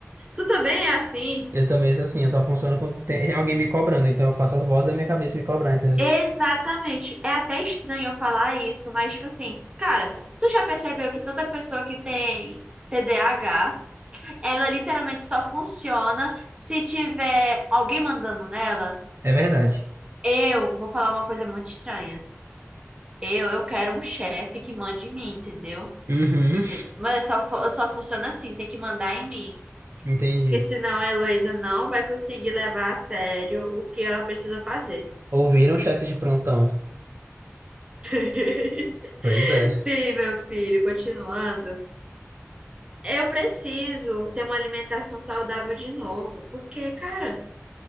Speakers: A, on the right; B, on the right.
A: Tu também é assim?
B: Eu também sou assim, eu só funciono quando tem alguém me cobrando, então eu faço as vozes da minha cabeça me cobrar, entendeu?
A: Exatamente. É até estranho eu falar isso, mas tipo assim, cara, tu já percebeu que toda pessoa que tem TDAH, ela literalmente só funciona se tiver alguém mandando nela?
B: É verdade.
A: Eu vou falar uma coisa muito estranha. Eu, eu quero um chefe que mande em mim, entendeu?
B: Uhum,
A: Entende- Mas eu só, fu- eu só funciona assim, tem que mandar em mim.
B: entendi.
A: Porque senão a Heloísa não vai conseguir levar a sério o que ela precisa fazer.
B: Ouviram, chefe de prontão?
A: <laughs>
B: Pois é.
A: Sim, meu filho, continuando. Eu preciso ter uma alimentação saudável de novo, porque, cara,